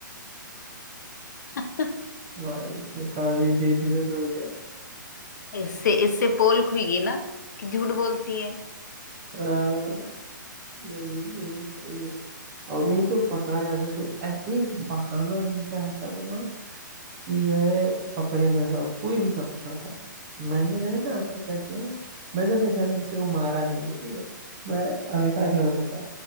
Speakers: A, on the left (about 60°); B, on the right (about 20°).
A: <laughs>
B: भाई तो काफी डेंजरस हो गया
A: इससे इससे पोल खुल गई ना कि झूठ बोलती है
B: हाँ नहीं नहीं, सही है और नहीं तो पकड़ा जाना तो ऐसा नहीं बहाना हमेशा ऐसा बनाओ कि जो है पकड़े ना जाओ कोई भी ना पकड़ पाए मैंने जो है ना आज तक क्या किया है मैंने अपने घर में किसी को मारा नहीं है ठीक है मैं हमेशा ऐसे बोलता था